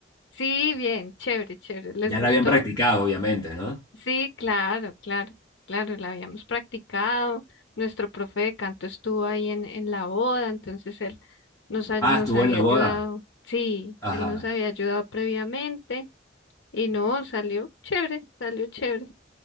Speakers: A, on the left; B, on the left.
A: Sí, bien, chévere, chévere. ¿Les
B: Ya
A: gustó?
B: la habían practicado, obviamente, ¿no?
A: Sí, claro, claro, claro, la habíamos practicado. Nuestro profe de canto estuvo ahí en, en la boda, entonces él nos, ha-
B: Ah,
A: nos
B: estuvo
A: había
B: en la
A: ayudado.
B: boda.
A: Sí,
B: Ajá.
A: él nos había ayudado previamente y no, salió chévere, salió chévere.